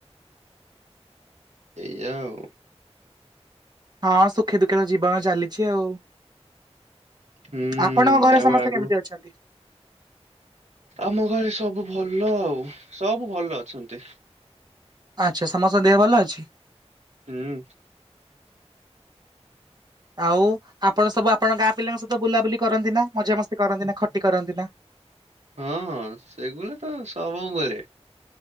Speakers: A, on the right (about 80°); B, on the right (about 40°).
A: ଏଇଆ ଆଉ।
B: ହଁ ସୁଖେ ଦୁଃଖେ ତ ଜୀବନ ଚାଲିଛି ଆଉ।
A: ହୁଁ
B: ଆପଣଙ୍କ ଘରେ
A: ଆଉ
B: ସମସ୍ତେ
A: ଆଗୁ
B: କେମିତି ଅଛନ୍ତି?
A: ଆମ ଘରେ ସବୁ ଭଲ ଆଉ ସବୁ ଭଲ ଅଛନ୍ତି।
B: ଆଚ୍ଛା ସମସ୍ତଙ୍କ ଦେହ ଭଲ ଅଛି?
A: ହୁଁ।
B: ଆଉ ଆପଣ ସବୁ ଆପଣଙ୍କ ଗାଁ ପିଲାଙ୍କ ସହିତ ବୁଲାବୁଲି କରନ୍ତି ନା ମଜାମସ୍ତି କରନ୍ତି ନା ଖଟି କରନ୍ତି ନା।
A: ହଁ ସେଗୁଡ଼ା ତ ସବୁବେଳେ।